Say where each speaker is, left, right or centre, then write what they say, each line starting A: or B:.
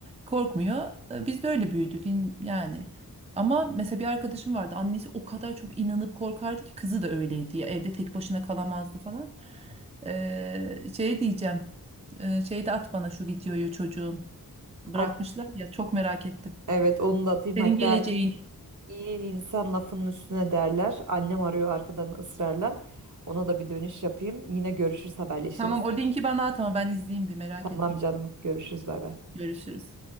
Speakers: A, on the right; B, on the right.
A: korkmuyor. E, Biz de öyle büyüdük in- yani. Ama mesela bir arkadaşım vardı. Annesi o kadar çok inanıp korkardı ki kızı da öyleydi. Ya, evde tek başına kalamazdı falan. Ee, şey diyeceğim. Ee, şey de at bana şu videoyu çocuğun. Bırakmışlar
B: Hat
A: ya çok merak ettim.
B: evet onu da atayım.
A: Senin
B: Hatta
A: geleceğini.
B: iyi insan lafının üstüne derler. Annem arıyor arkadan ısrarla. Ona da bir dönüş yapayım. Yine görüşürüz, haberleşiriz.
A: Tamam o linki bana at ama ben izleyeyim bir merak
B: Tamam
A: ettim.
B: canım, görüşürüz, bay bay.
A: Görüşürüz.